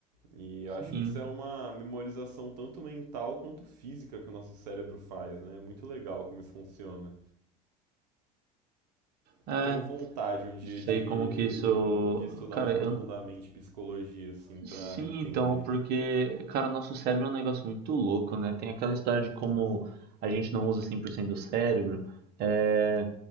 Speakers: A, on the right; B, on the right.
A: E eu acho
B: Sim.
A: que isso é uma memorização tanto mental quanto física que o nosso cérebro faz, né? É muito legal como isso funciona.
B: É,
A: Tenho vontade um dia de,
B: sei como que isso.
A: de estudar
B: Cara,
A: mais profundamente
B: eu,
A: psicologia, assim, pra
B: Sim,
A: entender.
B: então, porque, cara, nosso cérebro é um negócio muito louco, né? Tem aquela história de como a gente não usa 100% do cérebro. É...